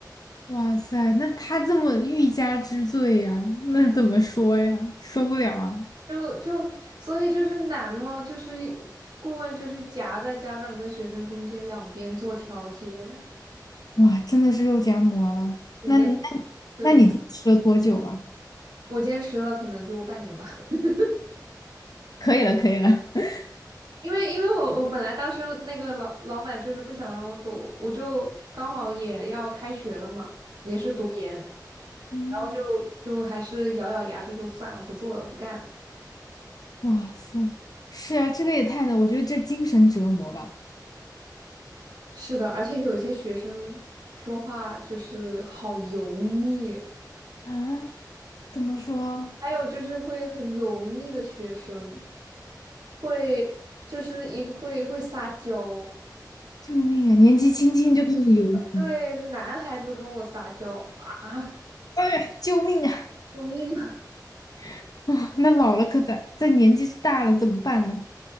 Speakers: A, on the left; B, on the right.
A: 哇塞，那他这么欲加之罪呀，那怎么说呀？受不了啊！
B: 就就所以就是难嘛，就是顾问就是夹在家长跟学生中间两边做调节，
A: 哇，真的是肉夹馍了。
B: 挺累。
A: 那那
B: 对，
A: 那你吃了多久啊？
B: 我坚持了可能就半年吧。<laughs>
A: 可以了，可以了。<laughs>
B: 因为因为我我本来当时那个老老板就是不想让我走，我就刚好也要开学了嘛，也是读研，
A: 嗯，
B: 然后就就还是咬咬牙，就说算了，不做了，不干了。
A: 哇塞，是啊，这个也太难，我觉得这精神折磨吧。
B: 是的，而且有一些学生说话就是好油腻，
A: 啊，怎么说？
B: 还有就是会很油腻的学生，会就是一个会会撒娇，
A: 这么救命啊！年纪轻轻就开始油腻，
B: 对，是男孩子跟我撒娇啊，
A: 哎呀，救命啊！
B: <laughs> 救命啊！
A: <laughs> 啊，那老了可咋？再年纪大了怎么办呢？